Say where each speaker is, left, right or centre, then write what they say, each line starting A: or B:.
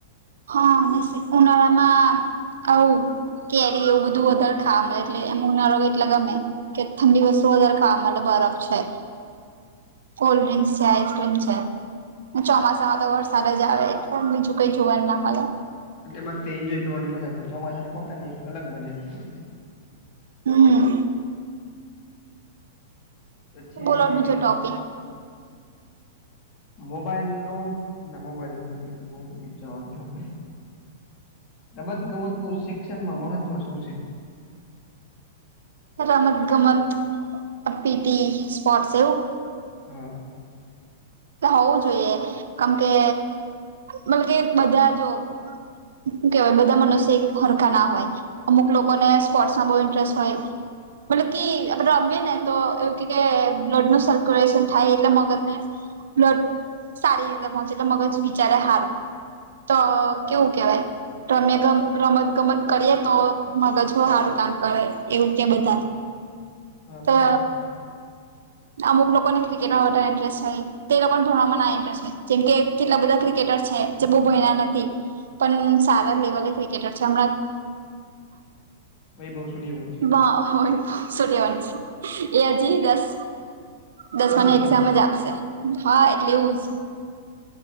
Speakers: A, on the right (about 75°); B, on the left (about 45°).
A: હા ને શ ઉનાળમાં આવ કેરી એવું બધું વધર ખા એટલે એમ નારો એટલે ગમે. કે ઠંડી વસ્તુ વધારે ખા મ બરફ છે.
B: હ.
A: કોલ્ડ ડ્રિંક્સ છે, આઈસ્ક્રીમ છે ચોમાસામાં તો વરસાદ જ આવે એટલે બીજું ક જોવાર ના મળે.
B: એટલે એમાં એન્જોય કરવાની મજા ચોમાસાની પોતાની એક અલગ મજા છે.
A: હમ્મ.
B: પછી
A: બોલો બીજો ટોપિક
B: મોબાઈલ નો ના મોબાઈલ નો નથી કરવો વિચાર જો આપણે રમત ગમત નું શિક્ષણમાં મહત્વ શું છે.
A: રમત ગમત પીટી સ્પોટ સવ
B: હા.
A: હોવું જોઈએ કેમ કે મતબ કે બધા જો શું કેવાય બધા મનસે એક ફરકાા ના હોય. અમુક લોકોને સ્પોર્ટ્સમાં બહુ ઇન્ટરેસ્ટ હોય મતલબ કે આપડે રમીએ ને તો એવું કે બ્લડ નું સર્ક્યુલેશન થાય એટલે મગજ ને બ્લડ સારી રીતે પહોંચે તો મગજ વિચારે હારું તો કેવું કેહેવાય. રમે ગ રમત ગમત કરીએ તો મગજું સારું કામ કરે એવું કે બધા.
B: હા બરાબર
A: તો
B: છે.
A: અમુક લોકોને ક્રિકેટમાં માટે ઇન્ટરેસ્ટ છે. તે લોકો ભણવામાં ના ઇરેસ્ટ જેમ કે કેટલા બધા ક્રિકેટર છે જે બહુ ભયના નથી. પણ સારા લેવલ એ ક્રિકેટર છેેલા
B: વૈભવ સૂર્યવંશી
A: વા છોટ્યા વાન છે એ હ જ દસ. દસમાની
B: ચૌદ
A: એક્ઝામ
B: વર્ષ
A: જ આપશે હા એટલે એવું જ.